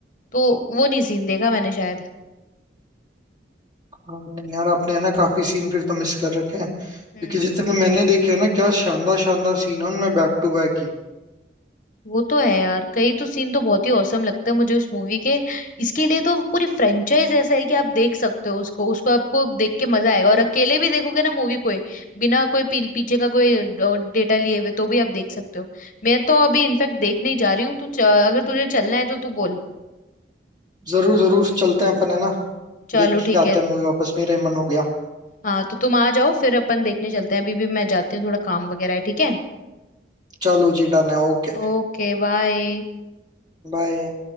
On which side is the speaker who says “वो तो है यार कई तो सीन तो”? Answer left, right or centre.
Left